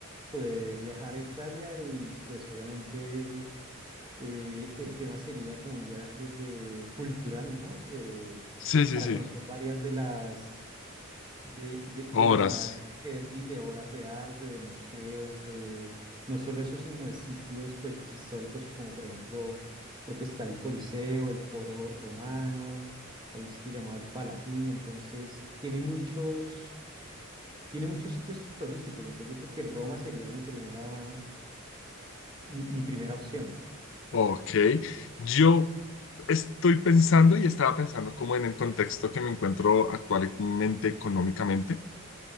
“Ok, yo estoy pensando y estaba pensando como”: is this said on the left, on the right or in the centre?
Left